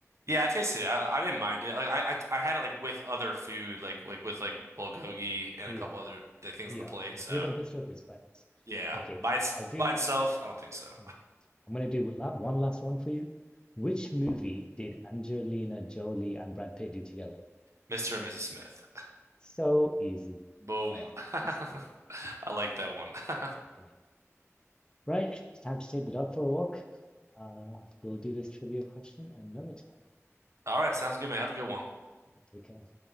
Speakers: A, on the right; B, on the left.
A: Yeah, I tasted it. I, I didn't mind it. Like, I, I I had it like with other food, like like with like bulgogi and
B: Yeah.
A: a couple other th- things
B: Yeah.
A: on the plate. So
B: Without the stuff, it's quite nice.
A: yeah,
B: Okay.
A: by its
B: I'll do.
A: by itself, I don't think so.
B: mm, I'm gonna do la one last one for you. Which movie did Angelina Jolie and Brad Pitt do together?
A: Mr. and Mrs. Smith.
B: So easy.
A: Boom. <laughs>
B: <laughs>
A: I like that one. <laughs>
B: Okay. Right, it's time to take the dog for a walk. Uh, we'll do this trivia question another time.
A: All right, sounds good, man. Have a good one.
B: Take care.